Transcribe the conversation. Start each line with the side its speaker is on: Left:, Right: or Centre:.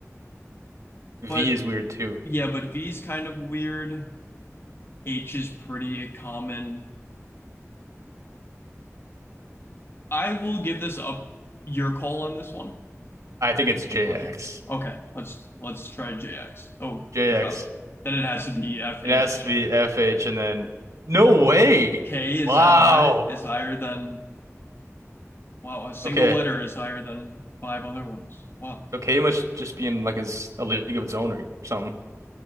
Right: V
Left: but
Right: is weird too.
Left: yeah, but V is kind of weird. H is pretty common. I will give this up your call on this one.
Right: I think it's JX.
Left: I'll do. Okay, let's let's try JX. Oh,
Right: JX.
Left: good job. Then it has to be FHK.
Right: It has to be FH and then no way.
Left: Is
Right: Wow.
Left: that high? Is higher than wow, a single
Right: Okay.
Left: letter is higher than five other ones. Wow.
Right: So K must just be in like his a league of its own or, or something.